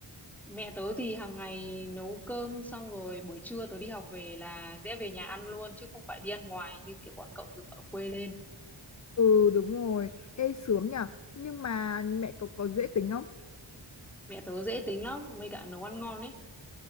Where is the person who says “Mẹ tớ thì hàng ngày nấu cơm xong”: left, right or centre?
Centre